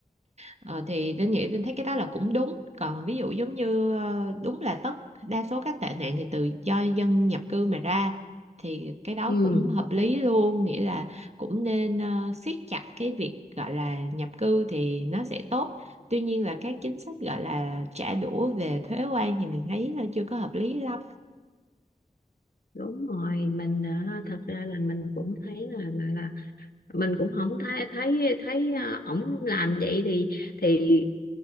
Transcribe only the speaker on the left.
ừ
đúng rồi mình ờ, ha, thật ra là mình cũng thấy là là, là mình cũng không thấy thấy thấy ờ, ổng làm vậy thì thì